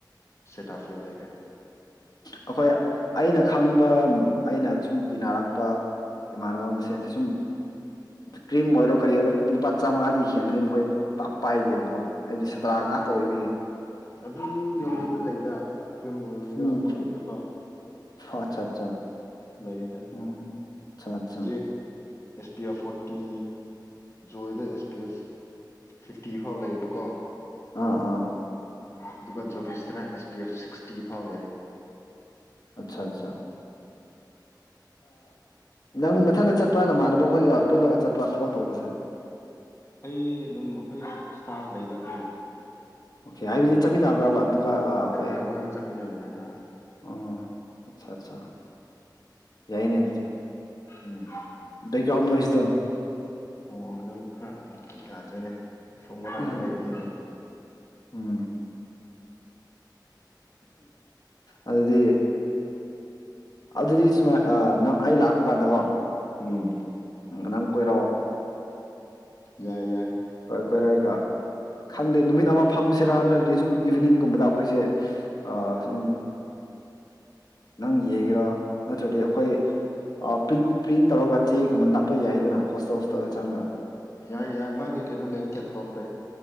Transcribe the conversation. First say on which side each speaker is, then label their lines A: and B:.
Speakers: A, on the left; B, on the left.
A: ꯁꯦꯇꯥꯐꯤꯜ ꯂꯩꯔꯦ
B: ꯑꯩꯈꯣꯏ ꯑꯩꯅ ꯈꯪꯕ ꯑꯩꯅ ꯁꯨꯝ ꯇꯤꯟꯅꯔꯛꯄ ꯏꯃꯥꯟꯅꯕ ꯃꯁꯦꯟꯁꯦ ꯁꯨꯝ ꯀ꯭ꯔꯤꯝ ꯑꯣꯏꯔꯣ ꯀꯔꯤ ꯑꯣꯏꯔꯣ ꯂꯨꯄꯥ ꯆꯥꯝꯃꯉꯥꯗꯤ ꯍꯦꯟꯕꯗꯤ ꯃꯈꯣꯏ ꯄꯥꯏꯗꯦꯕꯀꯣ ꯍꯥꯏꯕꯗꯤ ꯁꯥꯇ꯭ꯔꯥ
A: ꯎꯝ
B: ꯉꯥꯛꯇ ꯑꯣꯏꯕꯒꯤ
A: ꯑꯗꯨ ꯌꯧꯗꯕꯗꯤ
B: ꯑꯥ
A: ꯂꯩꯗ ꯀ꯭ꯔꯤꯝ ꯑꯣꯏꯒꯦꯔꯥ
B: ꯎꯝ
A: ꯑꯃ ꯑꯣꯏꯒꯦꯔꯥ ꯀꯣ
B: ꯑꯠꯆꯥ ꯑꯠꯆꯥ
A: ꯂꯩꯌꯦꯗ
B: ꯎꯝ ꯑꯠꯆꯥ ꯑꯠꯆꯥ
A: ꯍꯧꯖꯤꯛ ꯑꯦꯁ ꯄꯤ ꯑꯦꯐ ꯐꯣꯔꯇꯤ ꯣꯏꯗ ꯑꯦꯁ ꯄꯤꯁ ꯁꯤꯛꯁꯇꯤ ꯐꯥꯎ ꯂꯩꯌꯦꯕꯀꯣ
B: ꯑꯥ ꯑꯥ
A: ꯑꯗꯨꯒ ꯖꯣꯕꯤꯁꯇꯅ ꯑꯦꯁ ꯄꯤ ꯑꯦꯐ ꯁꯤꯛꯁꯇꯤ ꯐꯥꯎ ꯂꯩ
B: ꯑꯠꯆꯥ ꯑꯠꯆꯥ ꯅꯪ ꯃꯊꯟꯗ ꯆꯠꯄ ꯅꯃꯥꯟꯅꯕ ꯑꯩꯈꯣꯏꯒ ꯄꯨꯜꯂꯒ ꯆꯠꯄ ꯊꯕꯛ ꯇꯧꯕꯁꯦ
A: ꯑꯩ ꯑꯗꯨꯝ ꯑꯩꯈꯣꯏ ꯏꯁꯇꯥꯐ ꯂꯩꯗ ꯑꯩꯈꯣꯏꯒꯤ
B: ꯑꯣꯀꯦ ꯍꯥꯏꯕꯗꯤ ꯆꯠꯃꯤꯟꯅꯕ꯭ꯔꯕ ꯑꯗꯨ ꯑ ꯑꯩꯈꯣꯏ
A: ꯍꯣꯏ ꯃꯣꯏꯒ ꯆꯠꯃꯤꯟꯅꯕꯅꯦ ꯍꯣꯏ
B: ꯎꯝ ꯑꯆꯥ ꯑꯠꯆꯥ ꯌꯥꯏꯅꯦ ꯇꯆꯦ
A: ꯎꯝ
B: ꯗꯀꯥꯎꯅꯁꯤꯗ
A: ꯑꯣ ꯑꯗꯨ ꯈꯔ ꯌꯥꯗ꯭ꯔꯤꯅꯦ ꯁꯣꯃꯅꯇ
B: ꯎꯝ
A: ꯂꯩꯕꯤꯅ
B: ꯎꯝ ꯑꯗꯨꯗꯤ ꯑꯗꯨꯗꯤ ꯁꯨꯃꯥꯏ ꯅꯪ ꯑꯩ ꯂꯥꯛꯄ ꯀꯥꯟꯗꯀꯣ
A: ꯎꯝ
B: ꯅꯪ ꯀꯣꯏꯔꯛꯑꯣ
A: ꯌꯥꯏ ꯌꯥꯏ
B: ꯀꯣꯏ ꯀꯣꯏꯔꯒ ꯈꯪꯗꯦ ꯅꯨꯃꯤꯠ ꯑꯃ ꯐꯝꯁꯤꯔꯥ ꯅꯠꯇ꯭ꯔꯗꯤ ꯁꯨꯝ ꯏꯚꯤꯅꯤꯡꯒꯨꯝꯕꯗ ꯑꯩꯈꯣꯏꯁꯦ ꯁꯨꯝ ꯅꯪ ꯌꯦꯡꯉꯔꯣ ꯅꯠꯇ꯭ꯔꯗꯤ ꯑꯩꯈꯣꯏ꯭ꯔꯤꯟ ꯄ꯭ꯔꯤꯟ ꯇꯧꯔꯒ ꯆꯦꯒꯨꯝꯕ ꯅꯞꯄ ꯌꯥꯏꯗꯅ ꯍꯣꯁꯇꯜ ꯍꯣꯁꯇꯜꯗ ꯆꯪꯉꯒ
A: ꯌꯥ ꯌꯥ ꯃꯥꯒꯤꯦ ꯀꯩꯅꯣ ꯂꯩ ꯀꯠꯂꯄꯔꯦ